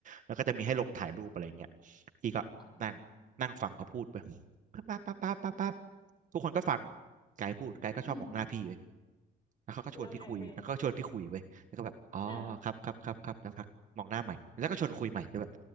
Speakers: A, on the right (about 50°); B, on the left (about 25°).
A: แล้วก็จะมีให้ลงถ่ายรูปอะไรเงี้ยพี่ก็นั่ง
B: อ๋อ
A: นั่งฟังเขาพูดไปปั๊บปั๊บปั๊บปั๊บปั๊บปั๊บทุกคนก็ฟังไกด์พูดไกด์ก็ชอบมองหน้าพี่ไป
B: อืม
A: แล้วเขาก็ชวนพี่คุยแล้วก็ชวนพี่คุยไว้ยแล้วก็แบบอ๋อครับครับครับครับแล้วพักมองหน้าใหม่แล้วก็ชวนคุยใหม่แล้วแบบ
B: แล้วไงพี่เออ